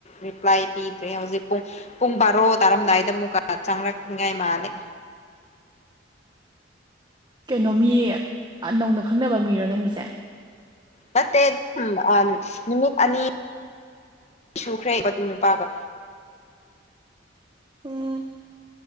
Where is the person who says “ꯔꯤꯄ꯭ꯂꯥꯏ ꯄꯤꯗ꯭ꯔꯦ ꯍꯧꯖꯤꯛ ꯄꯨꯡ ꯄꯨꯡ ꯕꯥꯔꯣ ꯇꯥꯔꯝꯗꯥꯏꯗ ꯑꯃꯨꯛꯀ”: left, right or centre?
Left